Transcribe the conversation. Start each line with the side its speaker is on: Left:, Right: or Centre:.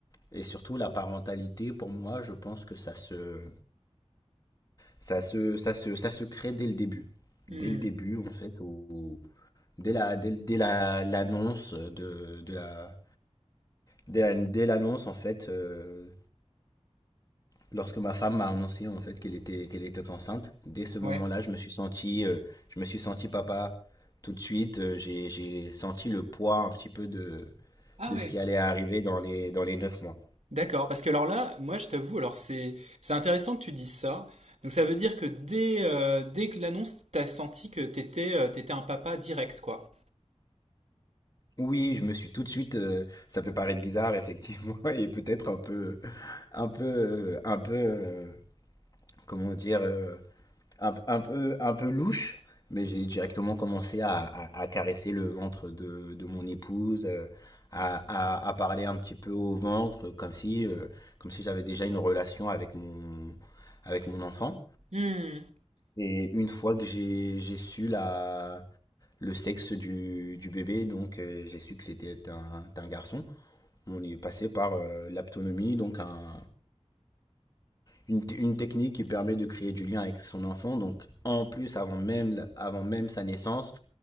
Left: Et surtout la parentalité, pour moi, je pense que ça se ça se ça se ça se crée dès le début,
Right: Hmm,
Left: dès le début en fait, ou dès la dès, dès la l'annonce de de la dès la- dès l'annonce en fait. euh, Lorsque ma femme m'a annoncé en fait qu'elle était qu'elle était enceinte, dès ce moment-là,
Right: ouais.
Left: je me suis senti euh, je me suis senti papa tout de suite. euh, j'ai j'ai senti le poids un petit peu de
Right: Ah
Left: de
Right: ouais.
Left: ce qui allait arriver dans les, dans les neuf mois.
Right: D'accord, parce que alors là, moi je t'avoue, alors c'est c'est intéressant que tu dises ça. Donc ça veut dire que dès, euh, dès que l'annonce, t'as senti que t'étais euh, t'étais un papa direct, quoi.
Left: Oui, je me suis tout de suite. euh, ça peut paraître bizarre, effectivement, <laughs> et peut-être un peu, un peu, euh, un peu, euh, comment dire, euh, un, un peu, un peu louche. Mais j'ai directement commencé à, à- à caresser le ventre de, de mon épouse, euh, à, à- à parler un petit peu au ventre, comme si, euh, comme si j'avais déjà une relation avec mon, avec mon enfant.
Right: Hmm.
Left: Et une fois que j'ai, j'ai su la, le sexe du, du bébé, donc euh, j'ai su que c'était un, un garçon. On est passé par euh, l'aptonomie, donc un, une, une technique qui permet de créer du lien avec son enfant. Donc en plus, avant même, avant même sa naissance,